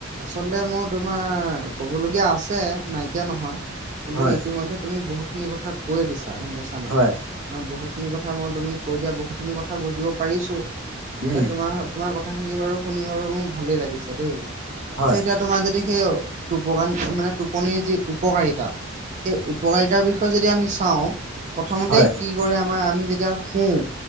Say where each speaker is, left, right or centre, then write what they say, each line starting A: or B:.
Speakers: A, on the right; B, on the right.
A: আচলতে মোৰ তোমাৰ ক'বলগীয়া আছে নাইকিয়া নহয়। কিন্তু
B: হয়
A: ইতিমধ্যে তুমি বহুতখিনি কথা কৈয়ে দিছা গম পাইছা নাই।
B: হয়
A: কাৰ বহুতখিনি কথা মই তুমি কৈ দিয়া বহুতখিনি কথা বুজিব পাৰিছো
B: উম
A: এ তোমাৰ তোমাৰ কথাখিনি বাৰু শুনি বাৰু মোৰ ভালেই লাগিছে দেই
B: হয়
A: চ এতিয়া তোমাৰ যদি সেই টোপান মানে টোপনিৰ যি উপকাৰিতা সেই উপকাৰিতাৰ বিষয়ে যদি আমি চাওঁ প্ৰথমতে
B: হয়
A: কি কি কৰে আমাৰ আমি যেতিয়া শুওঁ